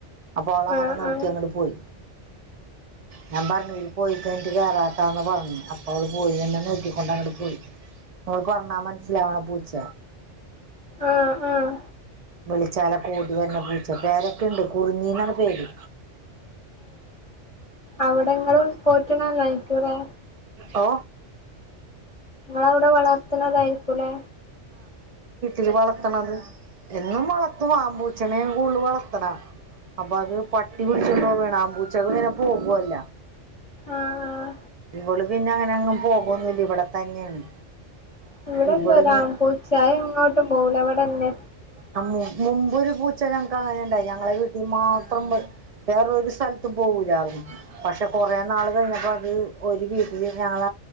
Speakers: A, on the right; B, on the left.
A: അപ്പോ അവള അങ്ങനെ
B: ആഹ്
A: നോക്കി
B: ആഹ്
A: അങ്ങോട്ട് പോയി ഞാൻ പറഞ്ഞുര് പോയി കഴിഞ്ഞിട്ട് കേറാട്ടാന്ന് പറഞ്ഞഞ് അപ്പോ അവ പോയിന്നെ നോക്കിക്കൊണ്ട് അങ്ങോട്ട് പോയി നമ്മള് പറഞ്ഞാ മനസ്സിലാവണ പൂച്ച
B: ആഹ് ആഹ്
A: വിളിച്ചാല കോടി വര്ന്നെ പൂച്ച പേരൊക്കെുണ്ട് കുറിഞ്ഞിന്നാണ് പേര്
B: അവിടെങ്ങളും പോറ്റിനതായിരിക്കൂലെ
A: ഓ
B: നിങ്ങവിടെ വളർത്തണതായിരിക്കുംലെ
A: ൽ വളർത്തണത് എന്നും വളർത്തു ആപൂചനെ കൂടുതൽ വളർത്തണ അപ്പൊ അത് പട്ടി പിടിച്ചണ്ടോ പോവാന് ആപൂച്ചക ഇങ്ങനെ പോകവല്ല
B: ആഹ് ആഹ്
A: ഇവള് പിന്നെ അങ്ങന അങ്ങ് പോകന്നുല്ല ഇവിടെ തന്നെയാണ്
B: ഇവിടെണ്ട്
A: ഇവളിങ്ങ്
B: ഒരാൺപൂച്ചയായി ഇങ്ങോട്ടും പോല അവിടെന്നെ
A: ആ മുമ്പൊരു പൂച ഞങ്ങക്ക് അങ്ങനെണ്ടായി ഞങ്ങളെ വീട്ടിൽ മാത്രം വേറൊരു സ്ഥലത്തും പോകൂല്ലായിരുന്നു പക്ഷെ കുറെേ നാൾ കഴിഞ്ഞപ്പോ അത് ഒരു വീട്ടില് ഞങ്ങള